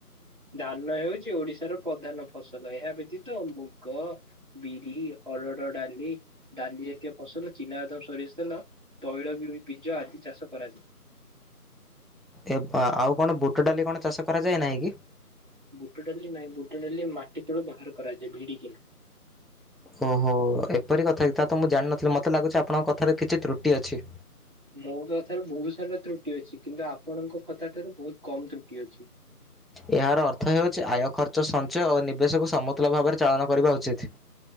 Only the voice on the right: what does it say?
ଧାନ ହେଉଛି ଓଡିଶାର ପ୍ରଧାନ ଫସଲ ଏହା ବ୍ୟତୀତ ମୁଗ ବିରି, ହରଡ ଡାଲି ଡାଲି ଜାତୀୟ ଫସଲ ଚିନାବାଦାମ, ସୋରିଷ ତେଲ। ତୈଳ ବି-ବୀଜ ଆଦି ଚାଷ କରାଯାଏ।
ବୁଟ ଡାଲି ନାଇଁ ବୁଟ ଡାଲି ମାଟି ତଳୁ ବାହାର କରାଯାଏ ଭିଡିକିନା।
ମୋ କଥାରେ ବହୁତ୍ ସାରା ତ୍ରୁଟି ଅଛି କିନ୍ତୁ ଆପଣଙ୍କ କଥା ଠାରୁ ବହୁତ କମ ତ୍ରୁଟି ଅଛି।